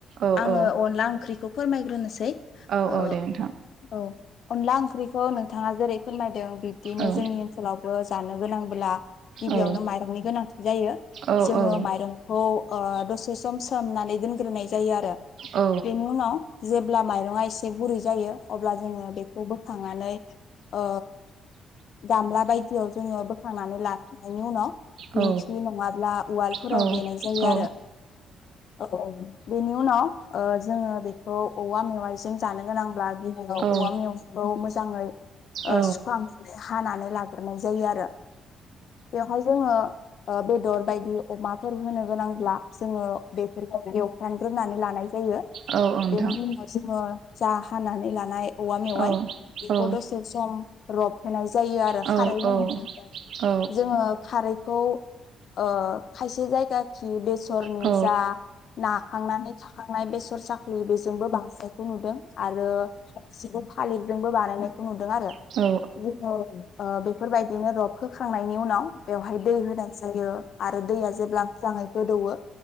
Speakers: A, on the right; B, on the left.
A: औ
B: आङो
A: औ
B: अनला ओंख्रिखौ फोरमायग्रोनोसै।
A: औ
B: ओ
A: औ दे नोंथां
B: औ अनला ओंख्रिखौ नोंथाङा जेरै फोरमायदों बिब्दिनो
A: औ
B: जोंनि ओनसोलावबो जानो गोनांब्ला गिबियावनो
A: औ
B: माइरंनि गोनांथि जायो
A: औ
B: जोङो
A: औ
B: माइरंखौ ओ दसे सम सोमनानै दोनग्रोनाय जायो आरो
A: औ
B: बेनि उनाव जेब्ला माइरङा एसे गुरै जायो अब्ला जोङो बेखौ बोखांनानै ओ गामला बाय जोङो बोखांनानै लाखांनायनि उनाव दिंखिनि
A: औ
B: नङाब्ला उवालफोराव
A: औ
B: देनाय जायो
A: औ
B: आरो औ औ बेनि उनाव ओ जोङो बेखौ औवा मेवाइजों जानो गोनांब्ला गिबियाव
A: औ
B: औवाखौ मोजाङै
A: औ
B: सुखांनानै हानानै लाग्रो गोरनाय जायो आरो बेवहाय जोङो ओ बेदर बायदि अमाफोर होनो गोनांब्ला जोङो बेफोरखौ एवफ्रामग्रोनानै लानाय जायो
A: औ नोंथां
B: बेनि उनाव जोङो जा हानानै लानाय औवा मेवाइ
A: औ
B: बेखौ
A: औ
B: दसे सम रब होनाय जायो आरो
A: औ
B: खारै होननानै
A: औ औ
B: जोङो खारैखौ ओ खायसे जायगा खि बेसरनि
A: नोंथां औ
B: जा नाखांनानै थाखांनाय बेसर साख्रि बेजोंबो बांनायखौ नुदों आरो सि थालिरजोंबो बानायनायखौ नुदों आरो
A: औ
B: जों ओ बेफोरबायदिनो रबहोखांनायनि उनाव बेवहाय दै होनाय जायो आरो दैया जेब्ला मोजाङै गोदौवो